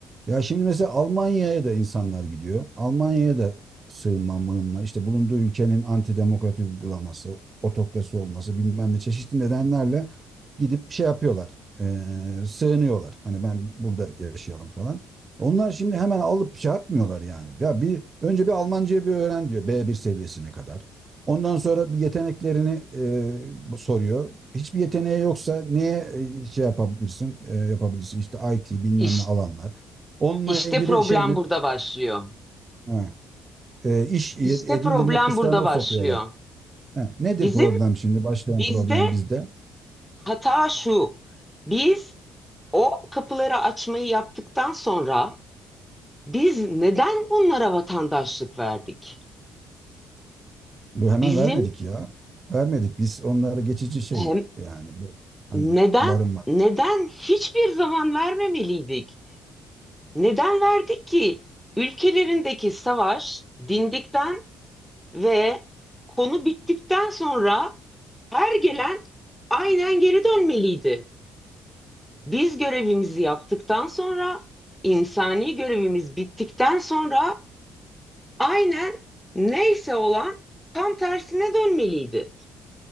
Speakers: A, on the right; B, in the centre.
A: Ya şimdi mesela Almanya'ya da insanlar gidiyor. Almanya'ya da sığınma, mığınma, işte bulunduğu ülkenin antidemokratik uygulaması, otokrasi olması bilmem ne çeşitli nedenlerle gidip şey yapıyorlar. Ee, sığınıyorlar. Hani ben burada yaşayalım falan. Onlar şimdi hemen alıp şey yapmıyorlar yani. Ya bir önce bir Almancayı bir öğren diyor B1 seviyesine kadar. Ondan sonra bir yeteneklerini e, soruyor. Hiçbir yeteneği yoksa neye e, şey yapabilirsin? e, yapabilirsin işte IT bilmem
B: İş,
A: ne alanlar. Onunla
B: işte
A: ilgili
B: problem
A: şey mi?
B: burada başlıyor.
A: Ha, e, iş edindirme
B: İşte problem
A: kurslarına
B: burada başlıyor.
A: sokuyorlar. Ha, nedir
B: Bizim
A: problem şimdi? Başlayan
B: bizde
A: problem bizde.
B: hata şu. Biz o kapıları açmayı yaptıktan sonra biz neden bunlara vatandaşlık verdik?
A: Bu
B: Bizim
A: hemen vermedik ya. Vermedik. Biz onlara geçici şey
B: hem
A: yani bu, hani
B: neden
A: barınmak.
B: neden hiçbir zaman vermemeliydik? Neden verdik ki? Ülkelerindeki savaş dindikten ve konu bittikten sonra her gelen aynen geri dönmeliydi. Biz görevimizi yaptıktan sonra, insani görevimiz bittikten sonra aynen neyse olan tam tersine dönmeliydi.